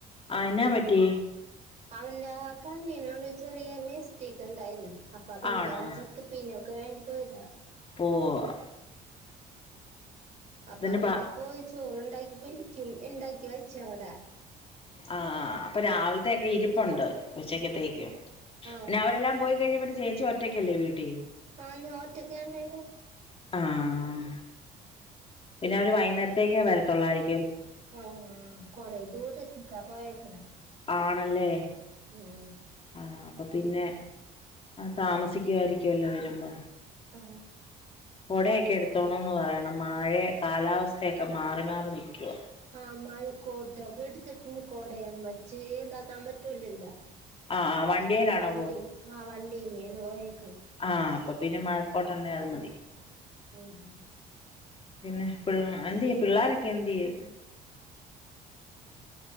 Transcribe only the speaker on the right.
അവന്റെ കണ്ണിനോട ചെറിയ മിസ്റ്റെയ്ക്ക്ണ്ടായിരുന്ന് അപ്പൊ അതെന്താ
ചെക്കപ്പിനെക്കെ വേണ്ടിപ്പോയതാ
അപ്പൊ അവരിക്
പോയി ചോറ്ണ്ടാക്കി കഴിക്കും ഇണ്ടാക്കി വെച്ചവട
ആ
അയിന് ഓൻ ഒറ്റക്കാണുന്നെന്
ആ കൊറേ ദൂരത്ത്കാ പോയേക്ണ്
മ്
ആ,
ആ, മയ കോട്ടക്കെടുത്തിട്ട്ണ്ട്. കോടയാൻ വച്ചേ ഇതാക്കാൻ പറ്റൂലല്ല
മ്മ്. വണ്ടി, ആഹ വണ്ടി മീൺപൊയെര്
മ് മ്മ്